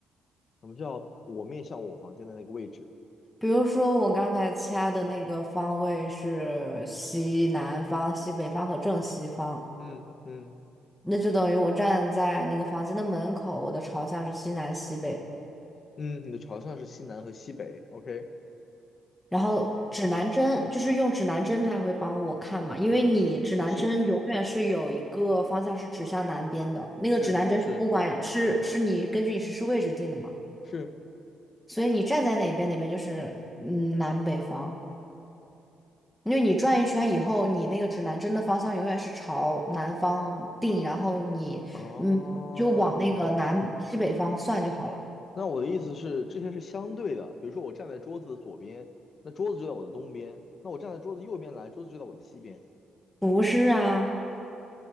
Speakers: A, on the left (about 45°); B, in the centre.
A: 什么叫我面向我房间的那个位置？
B: 比如说我刚才掐的那个方位是西南方、西北方和正西方，
A: 嗯嗯。
B: 那就等于我站在那个房间的门口，我的朝向是西南西北。
A: 嗯，你的朝向是西南和西北，OK，
B: 然后指南针就是用指南针，它会帮我看嘛，因为你指南针永远是有一个方向是指向南边的，
A: 是
B: 那个指南针是不管是是你根据你实时位置定的嘛，
A: 是是是，
B: 所以你站在哪边哪边就是嗯南北方。因为你转一圈以后，你那个指南针的方向永远是朝南方定，然后你嗯就往那个南西北方算就好了。
A: 哦，那我的意思是这些是相对的，比如说我站在桌子的左边，那桌子就在我的东边，那我站在桌子右边来，桌子就在我的西边，
B: 不是啊，